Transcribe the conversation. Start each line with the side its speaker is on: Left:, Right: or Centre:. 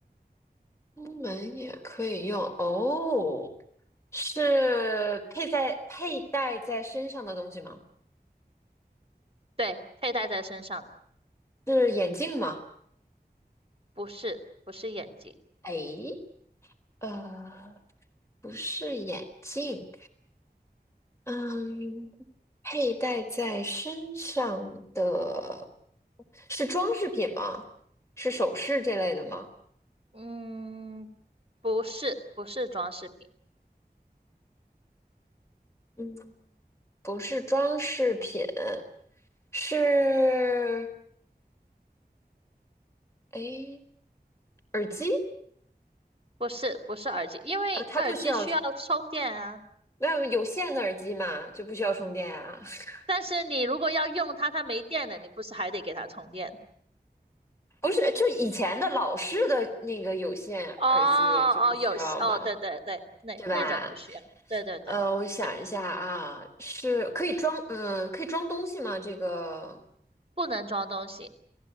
Left: 出门也可以用哦，是佩戴佩戴在身上的东西吗？
Right: 对，佩戴在身上的，
Left: 是眼镜吗？
Right: 不是，不是眼镜，
Left: 哎，呃。不是眼镜，嗯，佩戴在身上的是装饰品吗？是首饰这类的吗？
Right: 嗯，不是，不是装饰品，
Left: 嗯，不是装饰品，是，诶，耳机？
Right: 不是，不是耳机，因为耳机需要充电啊。
Left: 啊，它不需要，没有有线的耳机嘛，就不需要充电啊。<laughs>
Right: 但是你如果要用它，它没电了，你不是还得给它充电？
Left: 不是，就以前的老式的那个有线耳机就不需要嘛，
Right: 哦哦，有哦，对对对，那那种不需要，
Left: 对吧？
Right: 对对对对，
Left: 呃，我想一下啊，是可以装，嗯，可以装东西吗？这个
Right: 不能装东西，